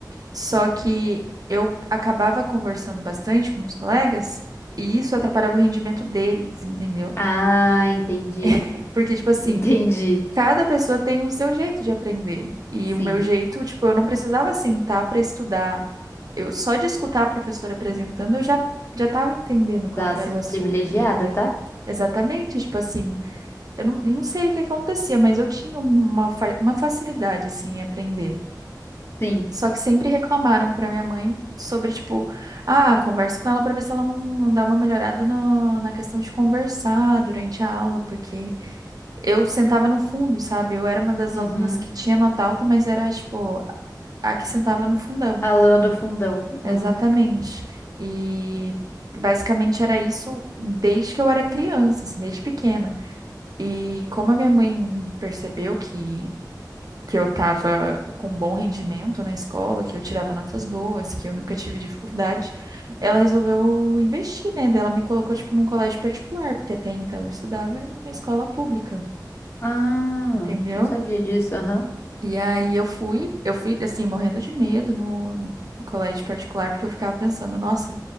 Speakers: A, on the right; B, on the left.
A: só que eu acabava conversando bastante com meus colegas e isso atrapalhava o rendimento deles, entendeu?
B: Ah, entendi.
A: <laughs> Porque tipo assim,
B: Entendi.
A: Cada pessoa tem o seu jeito de aprender. E
B: Sim,
A: o meu jeito, tipo, eu não precisava sentar para estudar Eu só de escutar a professora apresentando, eu já já estava entendendo qual
B: das
A: que era o assunto,
B: privilegiada,
A: entendeu?
B: tá?
A: Exatamente, tipo assim, eu não, não sei o que acontecia, mas eu tinha uma, fa- uma facilidade, assim, em aprender.
B: Sim.
A: Só que sempre reclamaram para minha mãe sobre, tipo, ah, converso com ela para ver se ela não, não dá uma melhorada na na questão de conversar durante a aula, porque eu sentava no fundo, sabe? Eu era uma das
B: Uhum.
A: alunas que tinha nota alta, mas era, tipo, a que sentava no fundão.
B: A lona do fundão. Uhum.
A: Exatamente. E basicamente era isso desde que eu era criança, assim, desde pequena. E como a minha mãe percebeu que, que eu estava com um bom rendimento na escola, que eu tirava notas boas, que eu nunca tive dificuldade, ela resolveu investir, né? Daí Ela me colocou, tipo, num colégio particular, porque até então eu estudava em uma escola pública,
B: Ah,
A: entendeu?
B: não sabia disso, aham.
A: E aí eu fui, eu fui, assim, morrendo de medo no no colégio particular, porque eu ficava pensando, nossa.